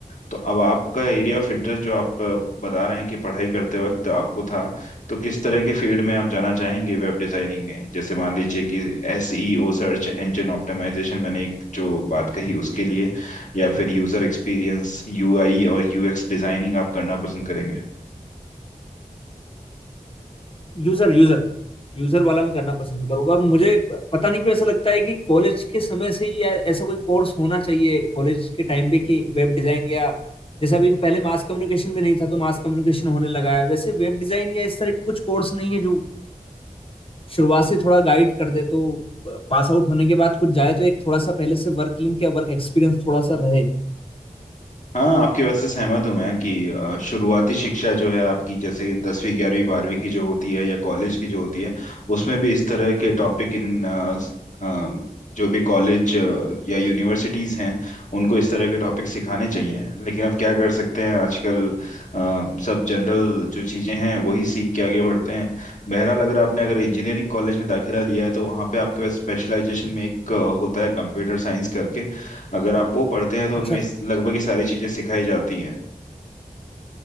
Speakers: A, on the left; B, on the left.
A: तो अब आपका एरिया ऑफ इंटरेस्ट जो आप अ, बता रहे हैं कि पढ़ाई करते वक्त आपको था तो किस तरह के फील्ड में आप जाना चाहेंगे वेब डिजाइनिंग में जैसे मान लीजिए कि एसईओ सर्च इंजन ऑप्टिमाइजेशन मैंने एक जो बात कही उसके लिए या फिर यूजर एक्सपीरियंस यूआई और यूएक्स डिजाइनिंग आप करना पसंद करेंगे
B: यूजर यूजर यूजर वाला मैं करना पसंद करूंगा और मुझे ब- पता नहीं क्यों ऐसा लगता है कि कॉलेज के समय से ही ऐ- ऐसा कोई कोर्स होना चाहिए कॉलेज के टाइम पे कि वेब डिजाइन या जैसा अभी तो पहले मास कम्युनिकेशन भी नहीं था तो मास कम्युनिकेशन होने लगा है वैसे वेब डिजाइन या इस तरह के कुछ कोर्स नहीं है जो शुरुआत से थोड़ा गाइड कर दे तो पास आउट होने के बाद कुछ जाए तो एक थोड़ा सा पहले से वर्क लिंक या वर्क एक्सपीरियंस थोड़ा सा रहे
A: हाँ आपकी बात से सहमत हूँ मैं कि अ, शुरुआती शिक्षा जो है आपकी जैसे दसवीं ग्यारहवीं बारहवीं की जो होती है या कॉलेज की जो होती है उसमें भी इस तरह के टॉपिक इन अ, स- अ, जो भी कॉलेज या यूनिवर्सिटीज़ हैं उनको इस तरह के टॉपिक सिखाने चाहिए लेकिन अब क्या कर सकते हैं आजकल अ, सब जनरल जो चीज़ें हैं वही सीख के आगे बढ़ते हैं बहरहाल अगर आपने अगर इंजीनियरिंग कॉलेज में दाखिला लिया है तो वहाँ पे आपके पास स्पेशलाइजेशन में एक अ, होता है कंप्यूटर साइंस करके अगर आप वो पढ़ते हैं तो
B: अच्छा
A: उनमें
B: अच्छा।
A: इस- लगभग ये सारी चीजें सिखाई जाती हैं